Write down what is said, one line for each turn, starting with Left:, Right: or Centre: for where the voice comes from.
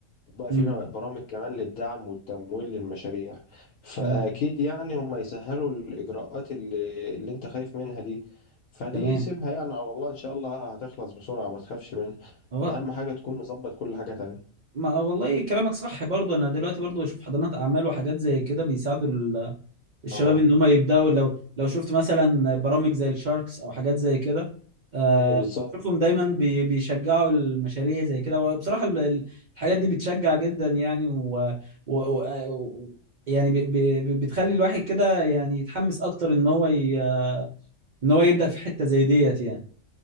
Left: وبقى
Right: امم
Left: في برامج كمان للدعم والتمويل للمشاريع فأكيد
Right: تمام
Left: يعني هم يسهلوا الإجراءات اللي, اللي أنت خايف منها دي فدي
Right: تمام
Left: سيبها يعني على الله إن شاء الله هتخلص بسرعة ما تخافش منها
Right: هو
Left: أهم حاجة تكون مظبط كل حاجة تانية
Right: ما والله كلامك صح برضه انا دلوقتي برضه بشوف حضانات اعمال وحاجات زي كده بيساعدوا الشباب
Left: أه
Right: ان هم يبداوا لو لو شفت مثلا برامج زي الشاركس او حاجات زي كده آه،
Left: أيوه بالظبط
Right: شوفهم دايما بي- بيشجعوا المشاريع زي كده وبصراحة ال- ال- الحاجات دي بتشجع جدا يعني و, و, و آه، و- يعني ب- ب- ب- بتخلي الواحد كده يعني يتحمس اكتر ان هو ي... ان هو يبدأ في حتة زي ديت يعني